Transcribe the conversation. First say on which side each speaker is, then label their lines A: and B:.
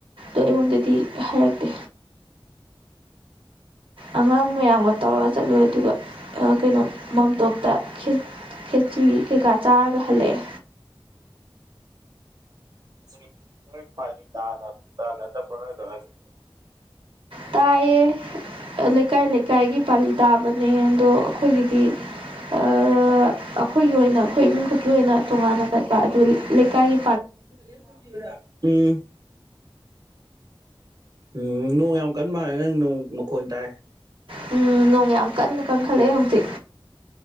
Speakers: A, on the right; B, on the right.
A: ꯑꯗꯨ ꯑꯩꯉꯣꯟꯗꯗꯤ ꯍꯥꯏꯔꯛꯇꯦ ꯑꯉꯥꯡ ꯃꯌꯥꯝꯒ ꯇꯧꯔ ꯆꯠꯂꯨꯏ ꯑꯗꯨꯒ ꯑ ꯀꯩꯅꯣ ꯃꯥꯝꯇꯣꯞꯇ ꯈꯤ ꯈꯦꯆꯤ ꯀꯩꯀꯥ ꯆꯥꯔꯒ ꯍꯜꯂꯛꯑꯦ
B: <unintelligible> ꯅꯣꯏ ꯄꯥꯂꯤ ꯇꯥꯅ ꯇꯥꯅꯗꯕ꯭ꯔꯣ ꯅꯣꯏ ꯑꯗꯣꯝ ꯅꯥꯀꯟꯒꯤ
A: ꯇꯥꯏꯌꯦ ꯑ ꯂꯩꯀꯥꯏ ꯂꯩꯀꯥꯏꯒꯤ ꯄꯥꯂꯤ ꯇꯥꯕꯅꯦ ꯑꯗꯣ ꯑꯈꯣꯏꯒꯤꯗꯤ ꯑ ꯑꯈꯣꯏꯒꯤ ꯑꯣꯏꯅ ꯈꯣꯏ ꯏꯃꯨꯡ ꯈꯛꯀꯤ ꯑꯣꯏꯅ ꯇꯣꯉꯥꯟꯅ ꯀꯠꯄ ꯑꯗꯨ ꯂꯩꯀꯥꯏꯒꯤ__
B: <unintelligible> ꯊꯝꯕꯤꯌꯨꯔꯥ ꯎꯝ ꯎꯝ ꯅꯣꯡ ꯌꯥꯝ ꯀꯟ ꯃꯥꯜꯂꯦ ꯅꯪ ꯅꯣꯡ ꯃꯈꯣꯟ ꯇꯥꯏ
A: ꯎꯝ ꯅꯣꯡ ꯌꯥꯝ ꯀꯟꯅ ꯀꯟꯈꯠꯂꯛꯑꯦ ꯍꯧꯖꯤꯛ